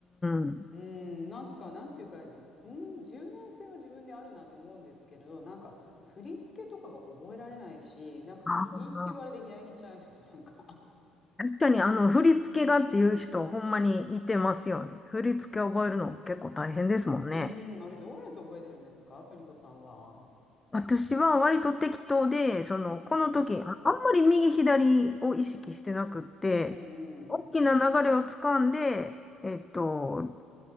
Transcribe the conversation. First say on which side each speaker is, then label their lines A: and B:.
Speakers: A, on the left; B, on the left.
A: ん。
B: うん、なんか、なんていうか、うん、柔軟性は自分であるなと思うんですけど、なんか、振り付けとかが覚えられないし、なんか、
A: あー
B: 右って言われて左に行っちゃうんですよ、なんか。
A: 確かにあの振り付けがっていう人、ほんまにいてますよね。振り付け覚えるの結構大変ですもんね。
B: <laughs> うん、あれ、どうやって覚えてるんですか、邦子さんは。
A: 私は割と適当で、その、この時、
B: うん、
A: あ、あんまり右左を意識してなくって、
B: うん、
A: 大きな流れをつかんで、
B: うん、
A: えっと、